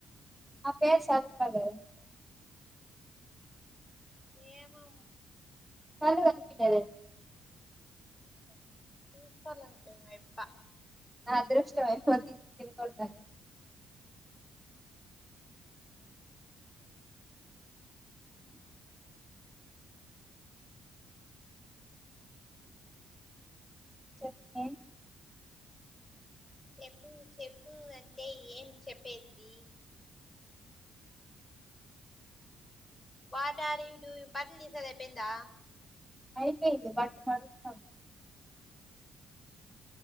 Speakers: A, in the centre; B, on the left.
A: ఆ పేర్ చదువుతా కదా
B: ఏమో
A: కళ్ళు కనిపి లేంటి
B: చెప్పాలంకే ఎప్ప
A: నా అదృష్టం తికతనే చెప్ మె
B: చెప్పు చెప్పు అంటే ఏం చెప్పేద్ది వాట్ ఆర్ యూ డూ బట్టలు తీసేది అయిపోయిందా
A: అయిపోయింది బట్టలు మడస్తాను